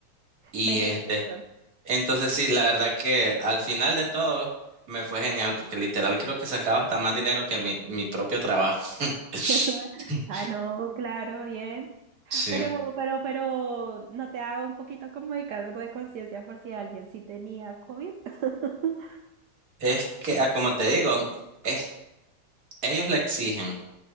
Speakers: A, on the right; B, on the right.
A: Y
B: Mente
A: este,
B: de tiburón.
A: Entonces sí, la verdad que al final de todo me fue genial porque literal creo que sacaba hasta más dinero que mi, mi propio trabajo. <laughs>
B: <laughs> ah, no, claro, bien.
A: Sí.
B: Pero, pero, pero, ¿no te da un poquito como de cargo de conciencia por si alguien sí tenía COVID? <laughs>
A: Es que, ah, como te digo, es, ellos la exigen,